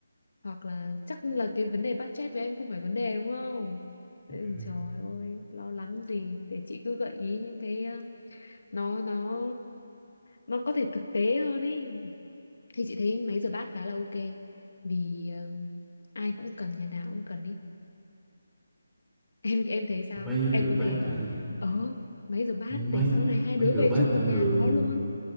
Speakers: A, on the left (about 65°); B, in the centre.
A: hoặc là chắc là cái vấn đề budget với em không phải vấn đề đúng không
B: Ừ.
A: Ừ, trời ơi lo lắng gì để chị cứ gợi ý những cái ờ, nó nó nó có thể thực tế hơn ý thì chị thấy máy rửa bát khá là ok vì ờ, ai cũng cần nhà nào cũng cần ý <laughs> em em thấy sao
B: máy
A: em
B: rửa
A: có
B: bát
A: thể
B: hả
A: ờ máy rửa bát
B: máy
A: để sau này hai
B: máy
A: đứa
B: rửa
A: về
B: bát
A: chung
B: cũng
A: một nhà
B: được
A: có luôn